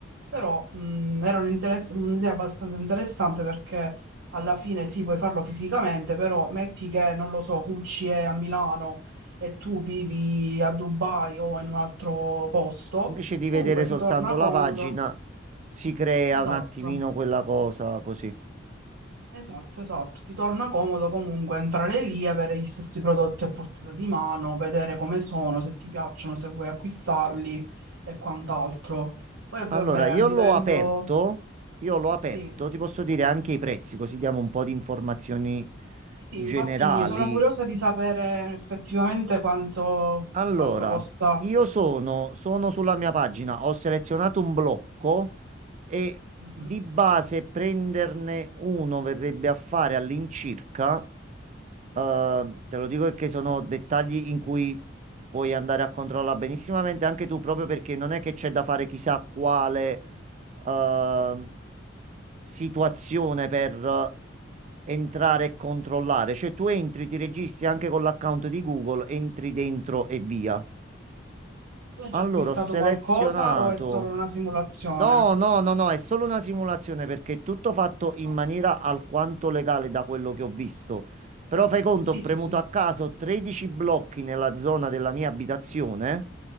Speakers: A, on the right; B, on the right.
A: però mh, era un interess- un'idea abbastanza interessante perché alla fine sì, puoi farlo fisicamente, però metti che, non lo so, Gucci è a Milano e tu vivi a Dubai o in un altro posto,
B: Invece di
A: comunque
B: vedere
A: ti
B: soltanto
A: torna
B: la
A: comodo.
B: pagina, si crea
A: Esatto,
B: un attimino quella cosa così.
A: esatto, esatto. Ti torna comodo comunque entrare lì, avere gli stessi prodotti a portata di mano, vedere come sono, se ti piacciono, se vuoi acquistarli e quant'altro. Poi
B: Allora,
A: vabbè,
B: io
A: a livello...
B: l'ho aperto, io l'ho aperto,
A: Sì,
B: ti posso dire anche i prezzi, così diamo un po' di informazioni
A: Sì, sì,
B: generali.
A: infatti sono curiosa di sapere effettivamente quanto,
B: Allora,
A: quanto costa.
B: io sono, sono sulla mia pagina, ho selezionato un blocco e
A: Mhm.
B: di base prenderne uno verrebbe a fare all'incirca, eh, te lo dico perché sono dettagli in cui puoi andare a controllare benissimamente anche tu, proprio perché non è che c'è da fare chissà quale eh, situazione per entrare e controllare. Cioè tu entri, ti registri anche con l'account di Google, entri dentro e via.
A: Tu hai già
B: Allora,
A: acquistato
B: ho selezionato.
A: qualcosa o è solo una simulazione?
B: No, no, no, no, è solo una simulazione perché è tutto fatto in
A: Ok,
B: maniera alquanto legale da quello che ho visto. Però fai conto,
A: sì,
B: ho premuto
A: sì, sì.
B: a caso 13 blocchi nella zona della mia abitazione